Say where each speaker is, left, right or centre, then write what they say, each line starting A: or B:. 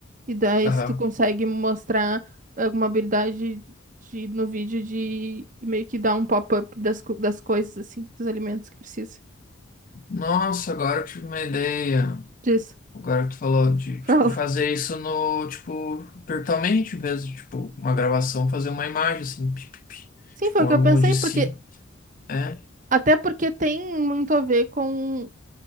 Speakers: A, on the right; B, on the left.
A: E daí,
B: aham.
A: se tu consegue mostrar alguma habilidade de, no vídeo de meio que dar um pop-up das, co- das coisas, assim, dos alimentos que precisa.
B: Nossa, agora eu tive uma ideia.
A: Disso. <laughs>
B: Agora que tu falou de,
A: Fala.
B: tipo, fazer isso no, tipo, virtualmente mesmo, tipo, uma gravação, fazer uma imagem, assim, pi, pi, pi.
A: Sim,
B: tipo,
A: foi o
B: um
A: que
B: ângulo
A: eu pensei,
B: de cima.
A: porque.
B: É,
A: Até porque tem muito a ver com.